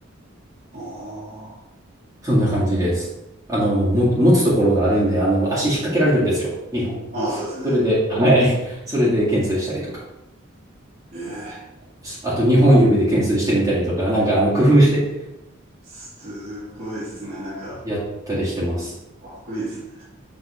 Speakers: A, on the right (about 50°); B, on the right (about 15°).
A: おー。
B: そんな感じです。あの、も、持つところがあるんで、あの、足引っ掛けられるんですよ、2本。
A: ああ、そうですよね。
B: それで、はい、それで懸垂したりとか
A: ええ、
B: です。あと、2本指で懸垂してみたりとか、なんか、あの、工夫して、
A: すごいですね。なんか、
B: やったりしてます。
A: かっこいいですね。